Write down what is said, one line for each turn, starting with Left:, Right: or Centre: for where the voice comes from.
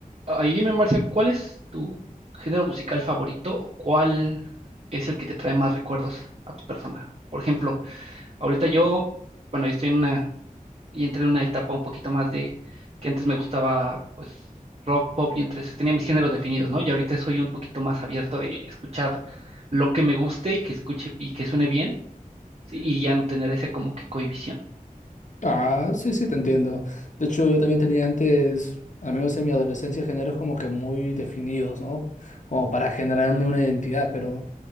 Right: Ahí dime, Marcial, ¿cuál es tu género musical favorito o cuál es el que te trae más recuerdos a tu persona? Por ejemplo, ahorita yo, bueno, yo estoy en una, y entré en una etapa un poquito más de que antes me gustaba, pues, rock, pop y entre esos tenía mis géneros definidos, ¿no? Y ahorita soy un poquito más abierto de escuchar lo que me guste y que escuche y que suene bien, sí, y ya no tener esa como que cohibición.
Left: Ah, sí, sí, te entiendo. De hecho, yo también tenía antes, al menos en mi adolescencia, géneros como que muy definidos, ¿no? Como para generarme una identidad, pero